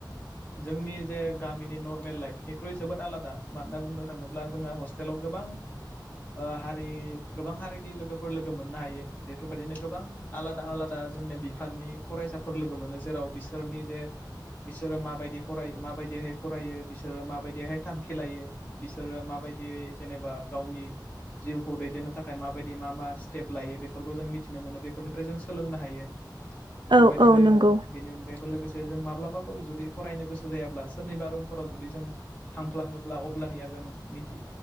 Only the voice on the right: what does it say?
औ औ नंगौ